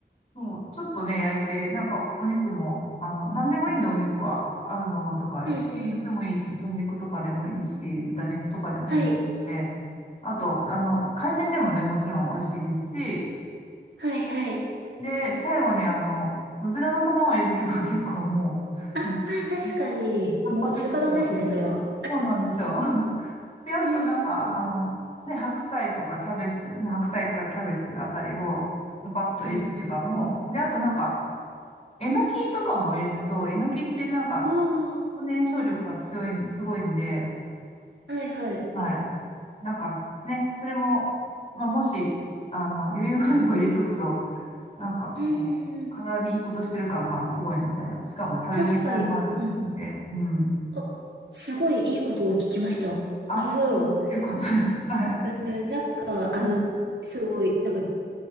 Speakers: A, on the left; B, on the right.
A: そう、ちょっとね、焼いて、なんか、お肉も、あの、なんでもいいんで、お肉は。あるものとか、
B: うんうん。
A: ひき肉でもいいし、鶏肉とかでもいいし、豚肉とかでも美味しいしね。
B: はい。
A: あと、あの、海鮮でもね、もちろん美味しいですし、
B: はいはい。
A: で、最後にあの、うずらの卵を入れとけば <laughs> 結構もう、
B: ああー、
A: もう、
B: 確かに。
A: タンパク質が、
B: もう中華丼ですね、それは。
A: そうなんですよ。<laughs> で、あとなんか、
B: うん
A: あの、ね、白菜とかキャベツ、まあ、白菜かキャベツあたりをパパッと入れとけばもう、
B: うんうん。うんうん。
A: で、あとなんか、えのきとかも入れると、えのきってなんか、
B: ああ。
A: 燃焼力が強い、
B: うん
A: すごいんで、
B: はいはい。
A: はい。なんかね、それも、まあ、もし、あの、余裕があれば入れとくと、なんか、
B: うんうんうん。
A: こう、体にいいことしてる感がすごいみたいな。しかも食べ応えもあるんで、
B: 確かに。うん。
A: うん。
B: あ、すごいいいことを聞きました。
A: あ、
B: なるほど。
A: うんよかったです。
B: なん、
A: はい。
B: うん、なんか、
A: うん、
B: あの、すごい、なんか